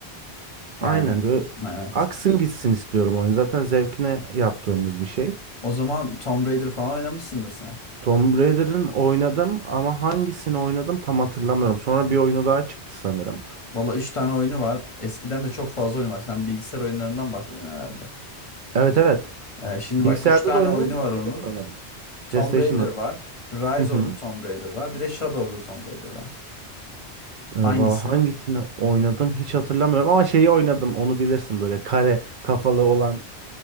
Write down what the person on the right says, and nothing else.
Aynen böyle
aksın gitsin istiyorum oyun. Zaten zevkine yaptığımız bir şey.
Tomb Raider'ın oynadım ama hangisini oynadım tam hatırlamıyorum. Sonra bir oyunu daha çıktı sanırım.
Evet evet.
Bilgisayarda
da oynadım,
şeyde
de oynadım.
PlayStation'da
da.
Hı hı.
Ee,
valla hangisini oynadım hiç hatırlamıyorum ama şeyi oynadım onu bilirsin böyle kare kafalı olan